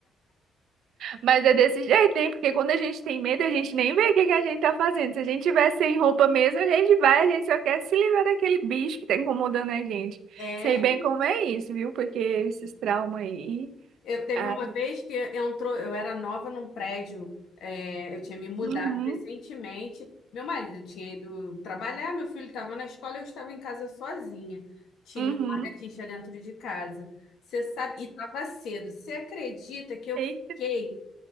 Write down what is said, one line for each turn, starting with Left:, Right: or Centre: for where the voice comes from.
Right: Mas é desse jeito, né? Porque quando a gente tem medo, a gente nem vê o que que a gente tá fazendo. Se a gente tiver sem roupa mesmo, a gente vai, a gente só quer se livrar daquele bicho que tá incomodando a gente.
Left: É.
Right: Sei bem como é isso, viu? Porque esses traumas aí.
Left: Eu teve
Right: ah,
Left: uma vez que entrou, eu era nova num prédio, é, eu tinha me mudado
Right: Uhum.
Left: recentemente. Meu marido tinha ido trabalhar, meu filho estava na escola, eu estava em casa sozinha. Tinha
Right: Uhum.
Left: uma lagartixa dentro de casa. Você sabe, e estava cedo. Você acredita que eu
Right: Eita.
Left: fiquei